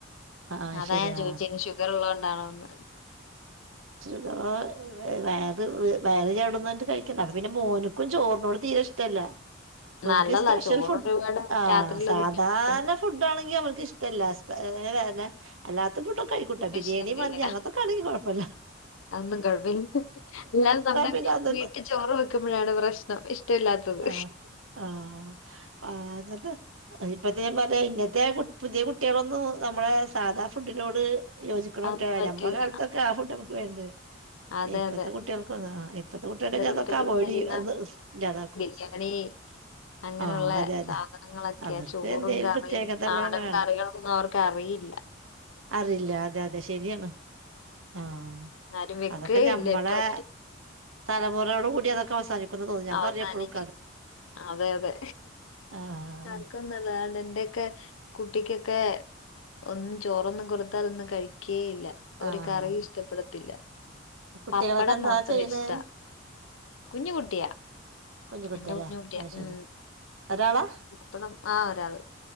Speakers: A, on the right; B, on the left.
A: ആഹ്
B: അതാ
A: ശരിയാ
B: ഞാൻ ചോദിച്ചു ഇനി ഷുഗർള്ളത് കൊണ്ടാണോന്ന്
A: ഓ <unintelligible> വയറ് ചാടുപറഞ്ഞിട്ട് കഴിക്കണ്ട അപ്പൊ പിന്നെ മോന്ക്കും ചോറിനോട് തീരെ ഇഷ്ടല്ല ഓനിക്ക്
B: നല്ലതാ
A: സ്പെഷ്യൽ
B: ചോറൊരുപാട്
A: ഫുഡ് ആ
B: രാത്രിയിലൊന്നും
A: സാധാരണ
B: കഴിക്കണ്ട.
A: ഫുഡ് ആണെങ്കി അവ ന്ക്ക് ഇഷ്ടല്ലാത്തെ ഏന്നെ അല്ലാത്ത ഫുഡൊക്കെ കഴിക്കൂട്ട
B: സ്പെഷ്യൽ
A: ബിരിയാണി
B: എന്തേലും
A: മന്തി അങ്ങനത്തൊക്കെ ആണെങ്കി കൊഴപ്പില്ല
B: അതൊന്നും കുഴപ്പില്ല എല്ലാർക്കും നമ്മുടെ
A: പിന്നെ അത്
B: വീട്ടിൽ ചോറ് വെക്കുമ്പോഴാണ് പ്രശ്നം ഇ ഷ്ടട്ടല്ലാത്തത്
A: ആഹ് ആഹ് ആ അങ്ങനത്തെ ഇപ്പത്തെ ഞാൻ പറയാ ഇങ്ങത്തെ പുതിയ കുട്ടികളൊ ന്നും നമ്മുടെ സാധാ ഫുഡിനോട് യോജിക്കണ
B: അതൊന്നും
A: കുട്ടികളല്ല
B: പറ്റൂല
A: ഞമ്മളെ കാലത്തൊക്കെ ആ ഫുഡ് നമുക്ക് വലുതെന്നു
B: അതെ
A: ഇപ്പഴത്തെ
B: അതെ
A: കുട്ടികൾക്കൊ ഇപ്പത്തെ കുട്ടികൾക്കെതാവോയ്ഡ്
B: കുട്ടികൾക്ക് എല്ലാം
A: ചെയ്യും അത് ഇല്ലാതാക്കും
B: <unintelligible> അങ്ങനെയുള്ള
A: ആഹ് അതെ അതെ
B: സാധനങ്ങളൊക്കെ
A: അവർക്ക്
B: ചോറും
A: എന്തേലും
B: കറിയും
A: പ്രത്യേകത
B: നാടൻ
A: ഉള്ളത് തന്നെ വേണം
B: കറികളൊന്നും അവർക്കറിയി ഇല്ല
A: അറിയില്ല അതെ അതെ ശരിയാണ് ആഹ്
B: ആരും വെക്കുകയില്ല
A: അതൊക്കെ ഞമ്മളെ
B: ഇപ്പൊ അവര്
A: തലമുറയോടു കൂടി അതൊക്കെ അവസാനിക്കുന്ന തോന്ന ഞാൻ
B: അവസാനിച്ച്
A: പറയപ്പോഴും
B: അതെ അതെ
A: ആഹ്
B: ആർക്കൊന്നും വേണ്ട എന്റെയൊക്കെ കുട്ടിക്കൊക്കെ ഒന്നും ചോറൊന്നും കൊടുത്താലൊന്നും ഒന്ന് കഴിക്ക ഇല്ല ഒരു
A: ആഹ്
B: കറി ഇഷ്ടപ്പെടത്തില്ല
A: കുട്ടികളൊക്കെ
B: പപ്പടം
A: എന്താ
B: മാത്രം
A: ചെയ്യണ്
B: ഇഷ്ട കുഞ്ഞ് കുട്ടിയാ
A: കുഞ്ഞു കുട്ടിയല്ലേ
B: എന്റെ കുഞ് കുട്ടിയ
A: അത് ശരി
B: ഉം
A: ഒരാളാ
B: പപ്പടം ആ ഒരാള്